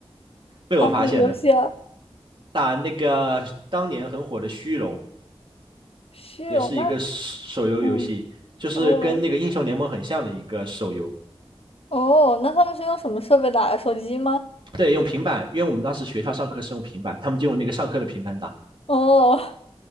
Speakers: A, on the right; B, on the left.
A: 被我发现了。
B: 打火游戏啊，
A: 打那个当年很火的虚荣，
B: 是哦，
A: 也是一个手游游戏，
B: 那嗯，
A: 就是跟那个英雄联盟很像的一个手游。
B: 哦哦，那他们是用什么设备打的？手机吗？
A: 对，用平板，因为我们当时学校上课是用平板，他们就用那个上课的平板打。
B: 哦，